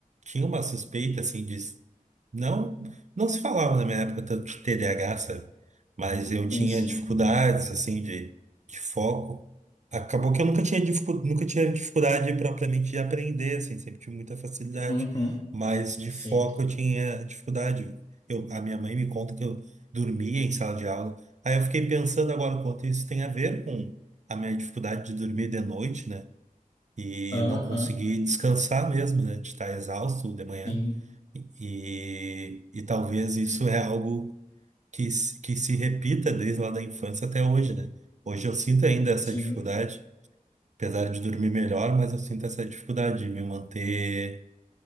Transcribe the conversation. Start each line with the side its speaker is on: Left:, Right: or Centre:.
Right: tinha uma suspeita, assim, de, não, não se falava na minha época tanto de TDAH, sabe? Mas eu tinha
Left: Sim, sim.
Right: dificuldades, assim, de, de foco. Acabou que eu nunca tinha, dificu- nunca tinha dificuldade propriamente de aprender, assim, sempre tive muita facilidade.
Left: Uhum.
Right: Mas de
Left: Sim.
Right: foco eu tinha dificuldade. Eu, a minha mãe me conta que eu dormia em sala de aula. Aí eu fiquei pensando agora o quanto isso tem a ver com a minha dificuldade de dormir de noite, né? e
Left: Aham.
Right: não consegui descansar mesmo, né? De estar exausto de manhã.
Left: Sim.
Right: E, e talvez isso é algo que, se- que se repita desde lá da infância até hoje, né? Hoje eu sinto ainda essa
Left: Sim.
Right: dificuldade, apesar de dormir melhor, mas eu sinto essa dificuldade de me manter